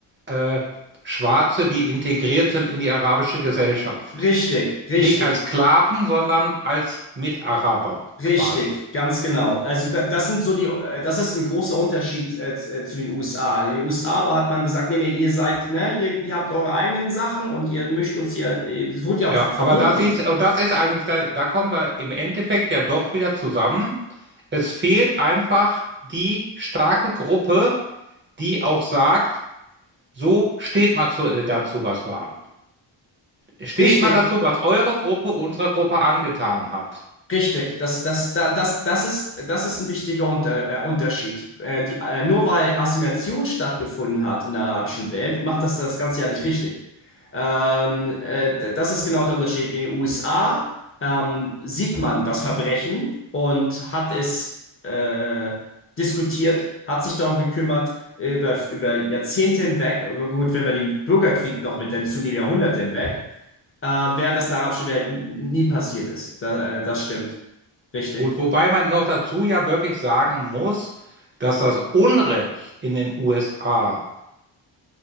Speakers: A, on the right; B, on the left.
A: äh, Schwarze, die integriert sind in die arabische Gesellschaft.
B: Richtig, richtig.
A: Nicht als Sklaven, sondern als Mitaraber
B: Richtig,
A: quasi.
B: ganz genau. Also da- das sind so die, äh, das ist ein großer Unterschied äh, z- äh, zu den USA. In den USA aber hat man gesagt, nee, nee, ihr seid, ne, ihr, ihr habt eure eigenen Sachen und ihr mischt uns hier, äh, es wurde ja
A: Ja,
B: auch verboten.
A: aber da siehst und das ist eigentlich, da, da kommen wir im Endeffekt ja doch wieder zusammen. Es fehlt einfach die starke Gruppe, die auch sagt, so steht mal zu, äh, dazu, was war. Steht
B: Richtig.
A: mal dazu, was eure Gruppe unserer Gruppe angetan hat.
B: Richtig, das, das, da, das, das ist, das ist ein wichtiger Unter äh, Unterschied. Äh, die, äh, nur weil Assimilation stattgefunden hat in der arabischen Welt, macht das das Ganze ja nicht richtig. Ähm, äh, d- das ist genau der Unterschied. In den USA ähm, sieht man das Verbrechen und hat es äh, diskutiert, hat sich darum gekümmert, über, über Jahrzehnte hinweg, aber gut, wenn man den Bürgerkrieg noch mit hinzunehmen, Jahrhunderte hinweg äh, während das in der arabischen Welt n- nie passiert ist. Da, äh, das stimmt. Richtig.
A: Gut, wobei man noch dazu ja wirklich sagen muss, dass das Unrecht in den USA